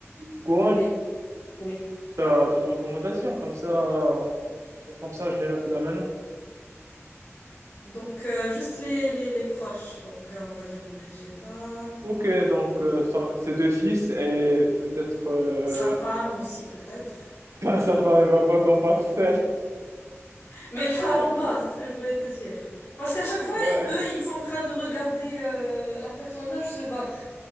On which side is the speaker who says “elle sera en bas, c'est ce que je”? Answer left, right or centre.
Left